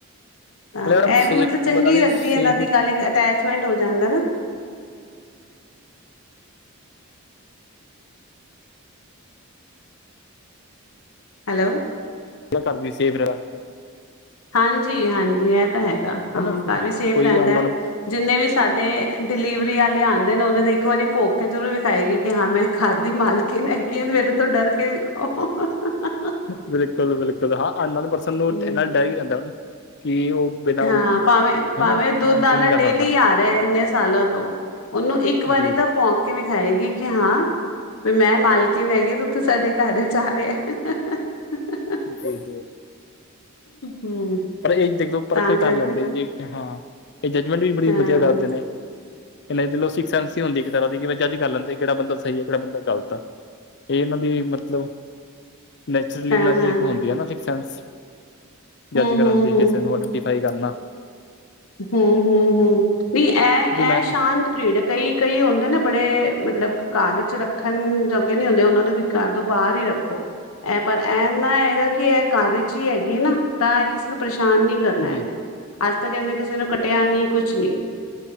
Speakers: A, on the left; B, on the left.
A: ਤਾਂ
B: ਮੈਡਮ
A: ਇਹ
B: ਸੇਫ
A: ਵੀ ਮਤਲਬ ਚੰਗੀ
B: ਨਾਲੇ
A: ਲੱਗਦੀ
B: ਸੇਫ
A: ਐ, ਇਹਨਾਂ ਦੀ ਗੱਲ ਇੱਕ ਅਟੈਚਮੈਂਟ ਹੋ ਜਾਂਦਾ ਨਾ। ਹੈਲੋ।
B: ਘਰ ਵੀ ਸੇਫ ਰਹਾ
A: ਹਾਂਜੀ ਹਾਂਜੀ, ਇਹ ਤਾਂ ਹੈਗਾ। ਹਾਂ,
B: ਹਨਾ
A: ਘਰ ਵੀ ਸੇਫ
B: ਕੋਈ
A: ਰਹਿੰਦਾ,
B: ਅਨਨੋਨ
A: ਜਿੰਨੇ ਵੀ ਸਾਡੇ ਡਿਲੀਵਰੀ ਵਾਲੇ ਆਉਂਦੇ ਨੇ, ਉਹਨਾਂ ਦੇ ਇੱਕ ਵਾਰੀ ਭੋਗ ਕੇ ਜ਼ਰੂਰ ਵਿਖਾਏਗੀ, ਕਿ ਹਾਂ ਵੀ ਮੈਂ ਖਰ ਦੀ ਮਾਲ ਕੀ ਮੇਰੇ ਤੋਂ ਡਰ ਕੇ ਵੇਖੋ। <inaudible>
B: ਬਿਲਕੁਲ ਬਿਲਕੁਲ ਹਾਂ, ਅਨਨੋਨ ਪਰਸਨ ਨੂੰ
A: ਹੂੰ
B: ਇਨਾ ਡਰ ਵੀ ਰਹਿੰਦਾ ਕਿ ਉਹ ਬਿਨਾਂ
A: ਹਾਂ,
B: ਉਹ
A: ਭਾਵੇਂ ਭਾਵੇਂ
B: ਹਨਾ
A: ਦੁੱਧ
B: ਐਂਟਰੀ
A: ਆਲਾ
B: ਨਹੀਂ ਕਰ
A: ਡੇਲੀ
B: ਸਕਦਾ
A: ਆ ਰਿਹਾ ਇੰਨੇ ਸਾਲਾਂ ਤੋਂ ਉਹਨੂੰ ਇੱਕ ਵਾਰੀ
B: ਜੀ ਜੀ
A: ਤਾਂ ਭੋਂਕ ਕੇ ਵਿਖਾਏਗੀ ਕਿ ਹਾਂ ਵੀ ਮੈਂ ਮਾਲਕੀਨ ਹੈਗੀ ਤੇ ਤੂੰ ਸਾਡੇ ਘਰ ਚ ਆ ਰਿਹਾ ਆ।
B: ਬਿਲਕੁਲ।
A: ਹੂੰ
B: ਪਰ ਇਹ ਜਖ ਪਰਖ
A: ਤਾਂ
B: ਕਰ
A: ਕਰਕੇ
B: ਲੈਂਦੇ
A: ਨਾ
B: ਜੀ, ਕਿ ਹਾਂ ਇਹ ਜੱਜਮੈਂਟ ਵੀ ਬੜੀ
A: ਹਾਂ।
B: ਵਧੀਆ ਕਰਦੇ ਨੇ। ਇਨ੍ਹਾਂ ਦੀ ਸੀਕਸਸੈਂਸ ਹੀ ਹੁੰਦੀ ਇੱਕ ਤਰ੍ਹਾਂ ਦੀ, ਕਿ ਬਈ ਜੱਜ ਕਰ ਲੈਂਦੇ, ਕਿਹੜਾ ਬੰਦਾ ਸਹੀ ਹੈ ਕਿਹੜਾ ਬੰਦਾ ਗਲਤ। ਇਹ ਇਹਨਾਂ ਬੀ ਮਤਲਬ, ਨੈਚੁਰਲੀ
A: ਹਾਂ-ਹਾਂ-ਹਾਂ,
B: ਇਹਨਾਂ ਚ ਇੱਕ ਹੁੰਦੀ ਆ ਨਾ, ਸਿਕਸ ਸੈਂਸ। ਜੱਜ
A: ਹੂੰ-ਹੂੰ-ਹੂੰ,
B: ਕਰਨ ਦੀ, ਕਿਸੇ ਨੂੰ ਆਈਡੈਂਟੀਫਾਈ ਕਰਨਾ।
A: ਹੂੰ ਹੂੰ ਹੂੰ ਨਹੀਂ, ਇਹ
B: ਕਿਉਂਕਿ
A: ਇਹ
B: ਮੈਂ
A: ਸ਼ਾਂਤ ਬਰੀਡ ਐ, ਕਈ- ਕਈ ਹੁੰਦੇ ਨੇ। ਬੜੇ ਮਤਲਬ ਘਰ ਵਿੱਚ ਰੱਖਣ, ਜੋਗੇ ਨੀ ਹੁੰਦੇ, ਉਹਨਾਂ ਵੀ ਘਰ ਤੋਂ ਬਾਹਰ ਹੀ ਰੱਖੋਂ। ਇਹ ਪਰ ਐੰਨਾ ਹੈਗਾ। ਕਿ ਇਹ ਘਰ ਵਿਚ ਹੀ ਹੈਗੀ ਨਾ, ਤਾਂ ਕਿਸੇ ਨੂੰ ਪਰੇਸ਼ਾਨ ਨੀ ਕਰਨਾ
B: ਜੀ
A: ਇਹਨੇ, ਅੱਜ ਤੱਕ ਇਨੇ, ਕਿਸੇ ਨੂੰ ਕੱਟਿਆ, ਨੀ ਕੁਛ ਨੀ।